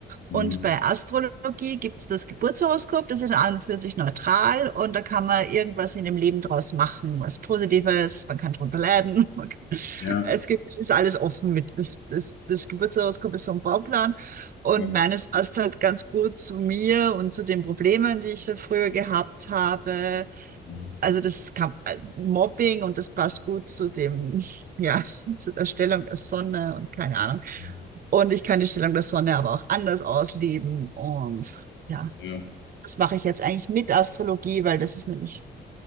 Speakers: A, on the left; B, on the right.
A: Mhm.
B: Und bei Astrologie gibt es das Geburtshoroskop, das ist an und für sich neutral und da kann man irgendwas in dem Leben draus machen, was Positives, man kann drunter leiden. <laughs> Man kann,
A: Ja.
B: es gibt, es ist alles offen mit. Das, das, das Geburtshoroskop ist so ein Bauplan. Und
A: Ja.
B: meines passt halt ganz gut zu mir und zu den Problemen, die ich da früher gehabt habe.
A: Mhm.
B: Also das kam, äh, Mobbing und das passt gut zu dem, ja, <laughs> zu der Stellung der Sonne und keine Ahnung.
A: Mhm.
B: Und ich kann die Stellung der Sonne aber auch anders ausleben. Und ja,
A: Ja.
B: das mache ich jetzt eigentlich mit Astrologie, weil das ist nämlich,